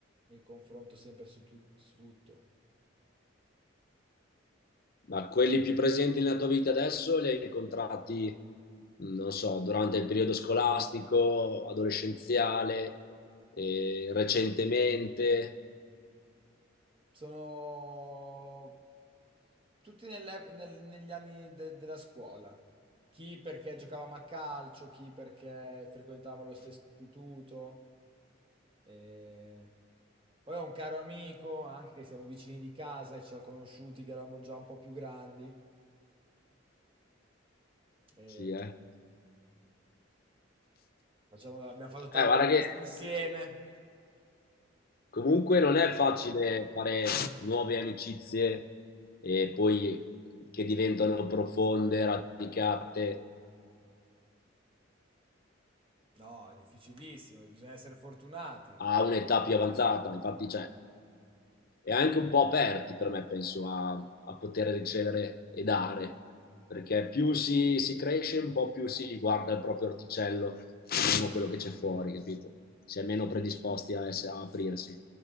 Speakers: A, on the right; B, on the left.
A: mi confronto sempre su tut- su tutto.
B: ma quelli più presenti nella tua vita adesso li hai incontrati, non so, durante il periodo scolastico, adolescenziale, eh, recentemente?
A: Sono tutti nelle- nel- negli anni de- della scuola. Chi perché giocavamo a calcio, chi perché frequentavamo lo stesso istituto. E Poi ho un caro amico, anche che siamo vicini di casa e ci siamo conosciuti che eravamo già un po' più grandi. E
B: Sì, eh.
A: facciamo- abbiamo fatto tante
B: Eh, guarda
A: feste
B: che...
A: insieme.
B: Comunque non è facile fare nuove amicizie e poi che diventano profonde, radicate
A: No, è difficilissimo, bisogna essere fortunati.
B: a un'età più avanzata. Infatti, cioè, è anche un po' aperti per me, penso, a, a poter ricevere e dare, perché più si, si cresce, un po' più si guarda il proprio orticello e meno quello che c'è fuori, capito? Si è meno predisposti a, ess- a aprirsi.